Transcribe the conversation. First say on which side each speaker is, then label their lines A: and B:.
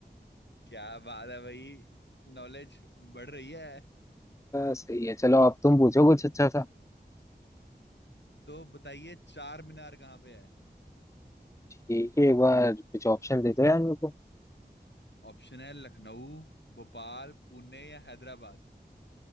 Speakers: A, on the left; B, on the left.
A: क्या बात है भाई नॉलेज बढ़ रही है
B: सही है चलो अब तुम पूछो कुछ अच्छा सा
A: तो बताइए चार मीनार कहाँ पे है
B: ठीक है एक बार कुछ ऑप्शन दे दो यार मेरे को
A: ऑप्शन है लखनऊ भोपाल पुणे या हैदराबाद